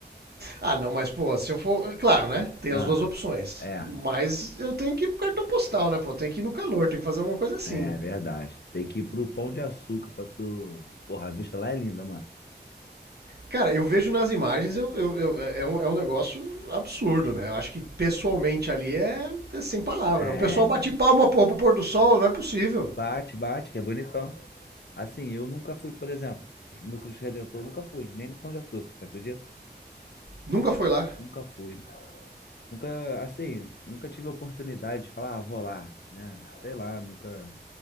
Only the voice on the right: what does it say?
Ah, não, mas, pô, se eu for. Claro, né? Tem
as duas opções.
Mas eu tenho que ir pro cartão postal, né, pô? Eu Tenho que ir no calor, tenho que fazer alguma coisa assim.
Cara, eu vejo nas imagens, eu, eu- eu- é, um, é um negócio absurdo, né? Eu acho que pessoalmente ali é, é sem palavra.
O pessoal bate palma pô, pro pôr do sol, não é possível.
Nunca foi lá.